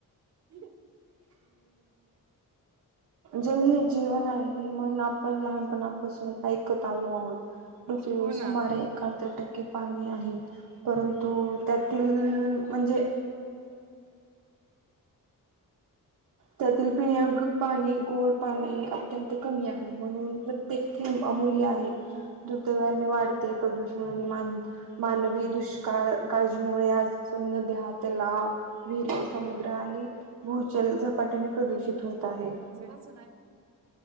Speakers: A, on the right (about 50°); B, on the right (about 85°).
A: <unintelligible>
B: जल हे जीवन आहे मग आप आपण लहानपणापासून ऐकत आलो आहोत, पृथ्वीवर
A: हो ना.
B: सुमारे एकाहत्तर टक्के पाणी आहे, परंतु त्यातील म्हणजे त्यातील पिन्यायोग्य पाणी गोड. पाणी अत्यंत कमी आहे म्हणून प्रत्येक थेंब अमूल्य आहे. दुर्दैवाने वाढते प्रदूषण आणि मान, मानवी दुष्काळ काळजीमुळे आज अस नद्या, तलाव, विहिरी, समुद्र आणि भूजल झपाट्याने प्रदूषित
A: तिच,
B: होत आहे
A: चूनाचूनाय.